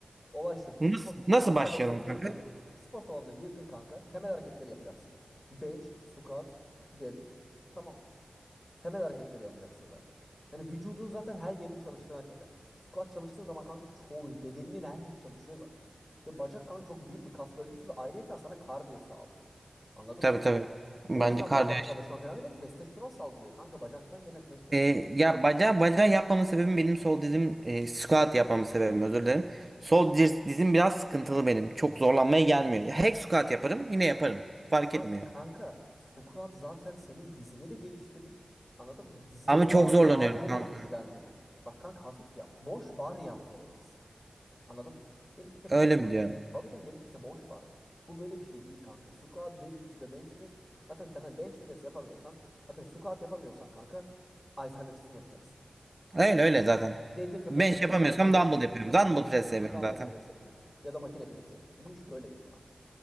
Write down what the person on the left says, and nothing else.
Olay şu.
Spor, spor
salonuna
girdin.
Spor salonuna girdin kanka. Temel hareketleri yapacaksın. Bench, squat, deadlift. Tamam mı? Temel hareketleri yapacaksın zaten. Yani vücudun zaten her yerini çalıştıran şeyler. Squat çalıştığın zaman kanka çoğu bedeninin her yeri çalışıyor zaten. Ve bacak kanka çok büyük bir kas bölgesi ve ayrıyeten sana kardiyo sağlıyor. Anladın
mı?
O yüzden
bacak çalışmak önemli ve testosteron salgılıyor. Kanka bacaktan gelen testo
çok...
Kan-
Kanka squat zaten senin dizini de geliştirir. Anladın mı? Dizinin
bağ-
bağlarını
da güçlendirir. Bak kanka hafif yap. Boş bar yap gerekirse. Anladın mı? Gerekirse
boş var.
Tabii gerekirse boş var ya. Bu böyle bir şey değil kanka. Squat, deadlift ve bench press. Zaten temel bench press yapamıyorsan, atıyorum squat yapamıyorsan kanka alternatifini yapacaksın.
Deadlift yapamıyorsan
alternatifini.
Bench
yapamıyorsan
dumbbell
press yapıyorsun. Ya da makine press yapıyorsun. Bu iş böyledir kanka.